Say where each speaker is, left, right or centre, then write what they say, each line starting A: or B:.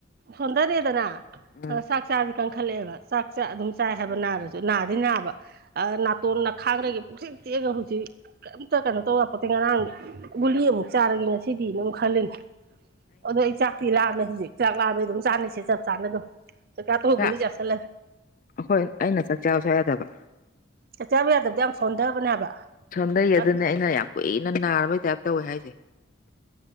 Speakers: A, on the right; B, on the left.
A: ꯁꯣꯟꯗꯔꯦꯗꯅ
B: ꯎꯝ
A: ꯆꯥꯛ ꯆꯁꯤ ꯀꯟꯈꯠꯂꯛꯑꯦꯕ ꯆꯥꯛꯁꯦ ꯑꯗꯨꯝ ꯆꯥꯏ ꯍꯥꯏꯕ ꯅꯥꯔꯁꯨ ꯅꯥꯗꯤ ꯅꯥꯕ ꯑ ꯅꯥꯇꯣꯟ ꯅꯈꯥꯡꯗꯒꯤ ꯄꯨꯛꯆꯤꯛ ꯆꯤꯛꯑꯒ ꯍꯧꯖꯤꯛ ꯀꯩꯝꯇ ꯀꯩꯅꯣ ꯇꯧꯌꯥꯄꯣꯠꯇꯦ ꯉꯔꯥꯡ ꯒꯨꯂꯤ ꯑꯃꯨꯛ ꯆꯥꯔꯒꯦ ꯉꯁꯤꯗꯤꯅ ꯑꯃꯨꯛ ꯈꯜꯂꯤꯅꯤ ꯑꯗꯣ ꯑꯩ ꯆꯥꯛꯇꯤ ꯂꯥꯛꯃꯦ ꯍꯧꯖꯤꯛ ꯆꯥꯛ ꯆꯥꯛꯂꯥꯝꯃꯦ ꯑꯗꯨꯝ ꯆꯥꯅꯤꯁꯦ ꯆꯞ ꯆꯥꯅ ꯑꯗꯨꯝ ꯆꯛꯆꯥꯇꫭꯛꯑ
B: ꯆꯥꯛ
A: ꯒꯨꯂꯤ ꯆꯥꯁꯤꯜꯂꯦ
B: ꯑꯩꯈꯣꯏ ꯑꯩꯅ ꯆꯥꯛ ꯆꯥꯕ ꯁꯨꯡꯌꯥ ꯌꯥꯗꯕ
A: ꯆꯥꯛ ꯆꯥꯕ ꯌꯥꯗꯕꯖꯦ ꯌꯥꯝ ꯁꫭꯟꯗꯕꯅꯦ ꯍꯥꯏꯕ
B: ꯁꯣꯟꯗꯩ ꯑꯗꯨꯅꯦ
A: ꯑꯁ
B: ꯑꯩꯅ ꯌꯥꯝ ꯀꯨꯏꯅ ꯅꯥꯔꯕꯩ ꯇꯥꯏꯞ ꯇꯧꯋꯦ ꯍꯥꯏꯖꯦ